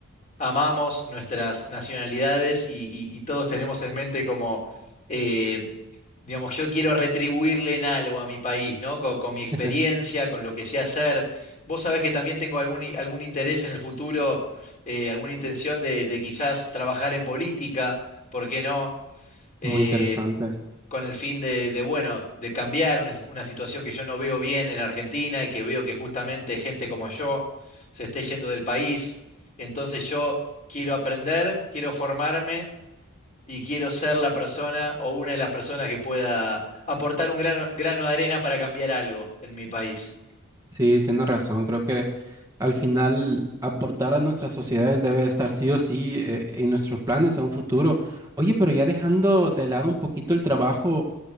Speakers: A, on the left; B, on the right.
A: amamos nuestras nacionalidades y, y- y todos tenemos en mente como eh, Digamos, yo quiero retribuirle en algo a mi país, ¿no? Co- Con, mi experiencia,
B: <laughs>
A: con lo que sé hacer. Vos sabés que también tengo algún, i- algún interés en el futuro, eh, alguna intención de, de quizás trabajar en política, ¿por qué no? Eh,
B: Muy interesante.
A: con el fin de, de, bueno, de cambiar una, una situación que yo no veo bien en Argentina y que veo que justamente gente como yo se esté yendo del país. Entonces yo quiero aprender, quiero formarme y quiero ser la persona o una de las personas que pueda aportar un grano, grano de arena para cambiar algo en mi país.
B: Sí, tiene razón. Creo que al final aportar a nuestras sociedades debe estar sí o sí eh, en nuestros planes a un futuro. Oye, pero ya dejando de lado un poquito el trabajo,